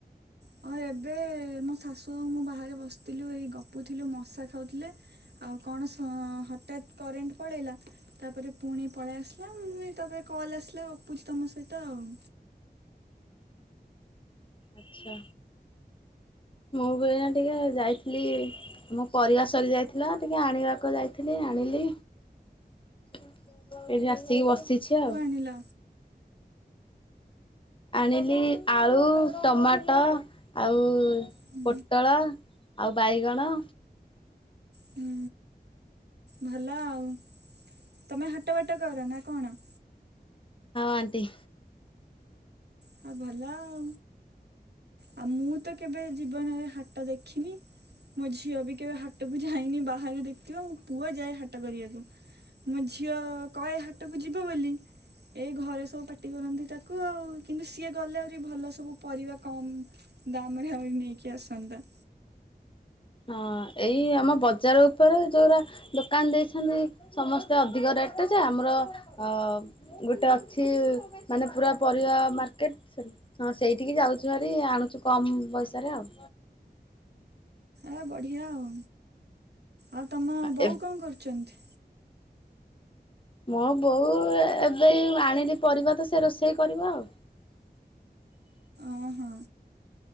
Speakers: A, on the right (about 75°); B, on the left (about 30°).
A: ହଁ ଏବେ ମୋ ଶାଶୁ ମୁଁ ବାହାରେ ବସିଥିଲୁ ଏଇ ଗପୁ ଥିଲୁ ମଶା ଖାଉଥିଲେ। ଆଉ କଣ ହଠତ୍ କରେଣ୍ଟ ପଳେଇଲା। ତାପରେ ପୁଣି ପଳେଇ ଆସିଲା ମୁଁ ତାପରେ କଲ୍ ଆସିଲା ଗପୁଛି ତମ ସହିତ ଆଉ
B: ଆଛା ମୁଁ ବି ଆଜ୍ଞା ଟିକେ ଯାଇଥିଲି। ମୋ ପରିବା ସରିଯାଇଥିଲା ଟିକେ ଆଣିବାକୁ ଯାଇଥିଲି ଆଣିଲି ଏଠି ଆସିକି ବସିଛି ଆଉ।
A: ନିଲ
B: ଆଣିଲି ଆଳୁ ଟମାଟୋ ଆଉ
A: ହୁଁ
B: ପୋଟଳ ଆଉ ବାଇଗଣ
A: ହୁଁ ଭଲ ଆଉ ତମେ ହାଟ ବାଟ କର ନା କଣ
B: ହଁ ଅଣ୍ଟୀ
A: ହଉ ଭଲ ଆଉ ଆଉ ମୁଁ ତ କେବେ ଜୀବନରେ ହାଟ ଦେଖିନି ମୋ ଝିଅ ବି କେବେ ହାଟକୁ ଯାଇନି ବାହାରୁ ଦେଖିଥିବ ମୁଁ ପୁଅ ଯାଏ ହାଟ କରିବାକୁ ମୋ ଝିଅ କହେ ହାଟକୁ ଯିବ ବୋଲି ଏଇ ଘରେ ସବୁ ପାଟି କରନ୍ତି ତାକୁ ଆଉ। କିନ୍ତୁ ସିଏ ଗଲେ ଆହୁରି ଭଲ ସବୁ ପରିବା କମ ଦାମ ରେ ଆହୁରି ନେଇକି ଆସନ୍ତା
B: ହଁ ଏଇ ଆମ ବଜାର ଉପରେ ଯୋଉା ଦୋକାନ ଦେଇଛନ୍ତି ସମସ୍ତେ ଅଧିକ ରେଟ୍ ଯେ ଆମର ଅ ଗୋଟେ ଅଛି ମାନେ ପୁରା ପରିବା ମାର୍କେଟ ସେଠି ହଁ ସେଇଠିକି ଯାଉଛୁ ଭାର ଆଣୁଛୁ କମ ପଇସାରେ ଆଉ।
A: ଆ ବଢ଼ିଆ ଆଉ ଆଉ ତମ ବୋଉ
B: ଏ
A: କଣ କରୁଛନ୍ତି?
B: ମୋ ବୋଉ ଏବେ ଆଣିଲି ପରିବା ତ ସେ ରୋଷେଇ କରିବ ଆଉ। ହ
A: ଅଁ ହୋ।